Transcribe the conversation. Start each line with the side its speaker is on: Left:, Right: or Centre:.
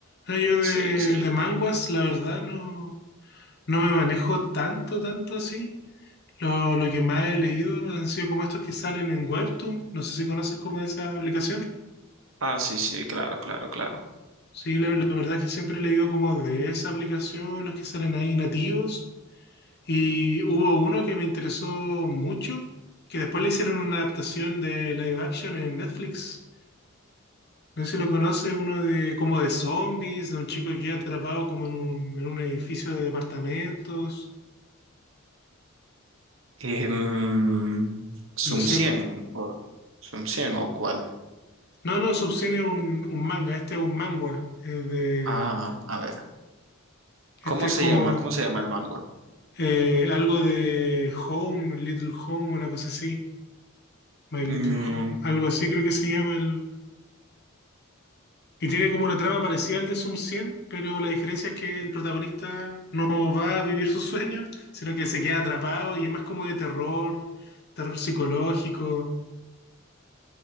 Left: Ah, Yo
Right: Sí,
Left: de,
Right: sí.
Left: de manguas, la verdad, no, no me manejo tanto, tanto así. Lo, lo que más he leído han sido como estos que salen en Webtoon. No sé si conoces como esa aplicación.
Right: Ah, sí, sí, claro, claro, claro.
Left: Sí, la, la verdad es que siempre he leído como de esa aplicación, los que salen ahí nativos. Y hubo uno que me interesó mucho, que después le hicieron una adaptación de live action en Netflix. No sé si lo conoce, uno de como de zombies, de un chico que queda atrapado como en un, en un edificio de departamentos.
Right: Em, Sum
Left: No sé.
Right: 100
Left: el-
Right: o Sum 100 o cuál.
Left: No, no, Subsidian es un, un manga, este es un manga. es de,
Right: Ah, a ver. ¿Cómo
Left: este es
Right: se
Left: como
Right: llama? ¿Cómo se llama el manga?
Left: eh, algo de Home, Little Home, una cosa así. My Little
Right: Mm,
Left: Home, algo así creo que se llama el... Y tiene como una trama parecida al de Sum 100, pero la diferencia es que el protagonista no va a vivir sus sueños, sino que se queda atrapado y es más como de terror, terror psicológico,